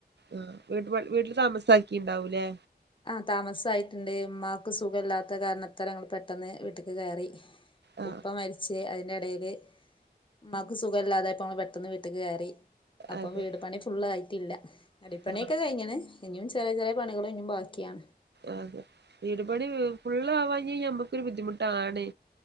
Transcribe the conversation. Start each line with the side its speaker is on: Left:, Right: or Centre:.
Right: ആഹ് വീട് പ വീട്ടിൽ താമസാക്കിണ്ടാവൂല്ലേ
Left: ആ താമസായിട്ടുണ്ട് ഉമ്മാക്ക് സുഖല്ലാത്ത കാരണത്താല് ഞങ്ങൾ പെട്ടെന്ന് വീട്ടിക്ക് കയറി
Right: ആ
Left: ഉപ്പ മരിച്ച് അതിന്റെ ഇടയില് ഉമ്മക്ക് സുഖ ഇല്ലാതെപ്പൾ പെട്ടന്ന് വീട്ടക്ക് കേറി അപ്പൊ
Right: അതെ
Left: വീട് പണി ഫുള് ആയിട്ടില്ല അടിപ്പണിയൊക്കെ
Right: ആ
Left: കഴിഞ്ണ് ഇനിയും ചെറിയ ചെറിയ പണികള ഇനിയും ബാക്കിയാണ്
Right: അതെ വീട് പണി ഫുള്ളാവാ ക നമ്മുക്കൊരു ബുദ്ധിമുട്ടാണ്